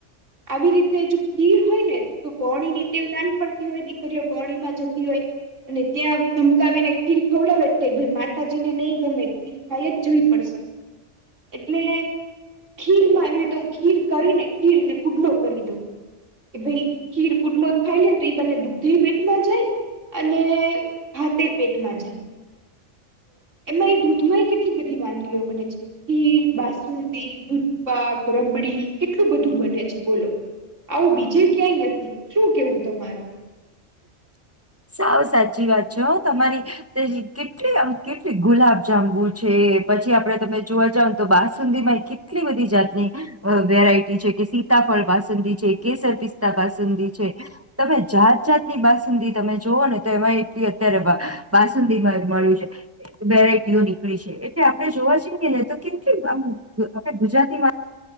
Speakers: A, on the right; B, on the right.
A: આવી રીતે જો ખીર હોય ને તો ગૌણી ની ટેવ નાનપણ તી હોય દીકરીઓ ગૌણીમાં જતી હોય અને ત્યાં ધમકાવી ને ખીર ખવડાવે એ ભઈ માતાજીને નહી ગમે ખીર ખાઈ જ જવી પડશે
B: <inaudible>
A: એટલે ખીરમાં આવી તો ખીર કરીને ખીર ને પુડલો કરી દો કે ભાઈ ખીર પૂટલો જ ખાઈ લે ને તો એ બને દૂધ પેટમાં જાય અને ભાતે પેટમાં જાય એમાં એ દૂધમાં એ કેટલી બધી વાનગીઓ બને છે ખીર બાસુુંદી દૂધ પાક રબડી કેટલું બધું બને છે બોલો આવું બીજે ક્યાંય નથી શું કેવું તમારું
B: <unintelligible> સાવ સાચી વાત છે તમારી કેટલી આમ કેટલી ગુલાબ જાંબુ છે પછી આપડ તમે જોવા જાવ તો બસુંદીમાં કેટલી બધી જાતની વેરાયટી છે કે સીતા ફળ બાસંદી છે કેસર પિસ્તા બાસંદી છે તમે જાત જાત ની બાસુંદી તમે જોઓ ને તો એમાં એટલી અત્યારે બાસુંદી માં મળ્યું છે વેરા ટિયો નીકળી છે એટલે આપડણે જોવા જઈએ ને તો કેમ કેમ આમ આપણે ગુજરાતીમાં